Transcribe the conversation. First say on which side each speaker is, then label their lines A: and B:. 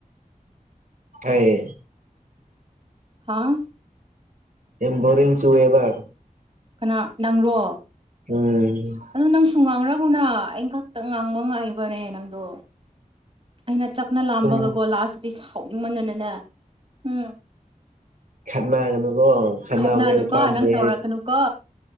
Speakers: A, on the right (about 65°); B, on the right (about 40°).
A: ꯑꯩ
B: ꯍꯥꯥ
A: ꯌꯥꯝ ꯕꯣꯔꯤꯡ ꯆꯨꯌꯦꯕ
B: ꯀꯅꯥ ꯅꯪꯔꯣ
A: ꯎꯝ
B: ꯑꯗꯨ ꯅꯪꯁꯨ ꯉꯥꯡꯔꯒꯅ ꯑꯩꯅ ꯈꯛꯇ ꯉꯥꯡꯕ ꯉꯥꯏꯕꯅꯦ ꯅꯪꯗꯣ ꯑꯩꯅ ꯆꯥꯛꯅ ꯂꯥꯝꯕꯒꯀꯣ
A: ꯁꯨꯝ
B: ꯂꯥꯁꯇꯗꯤ ꯁꯥꯎꯅꯤꯡ ꯃꯅꯅꯅꯦ ꯎꯝ
A: ꯈꯠꯅꯥ ꯀꯅꯣꯀꯣ ꯈꯔꯅꯥ
B: ꯈꯠꯅꯅꯨꯀꯣ
A: ꯀꯝꯗꯤꯦ
B: ꯅꯪ ꯇꯧꯔꯛꯀꯅꯨꯀꯣ